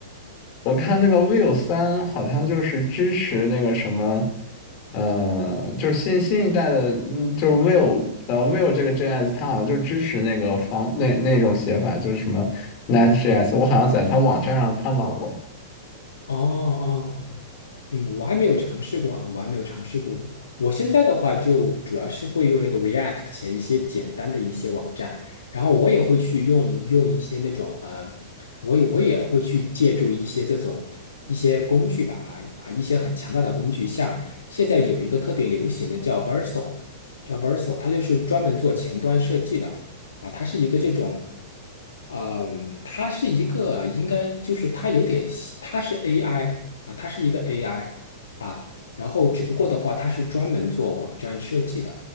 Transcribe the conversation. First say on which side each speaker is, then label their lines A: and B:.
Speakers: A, on the left; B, on the left.
A: 我看那个 Vivo 三好像就是支持那个什么，呃，就是新新一代的，嗯就是 Vivo 呃 Vivo 这个 JS 它好像就支持那个方那那种写法，就是什么 NetJS，我好像在它网站上看到过。
B: 哦哦哦嗯，我还没有尝试过啊，我还没有尝试过。我现在的话，就主要是会用那个 React 写一些简单的一些网站，然后我也会去用用一些那种呃，我也我也会去借助一些这种一些工具吧啊啊一些很强大的工具，像现在有一个特别流行的叫 Verso，叫 Verso，它就是专门做前端设计的啊，它是一个这种。嗯，它是一个，应该就是它有点像它是 AI，啊，它是一个 AI 啊，然后只不过的话，它是专门做网站设计的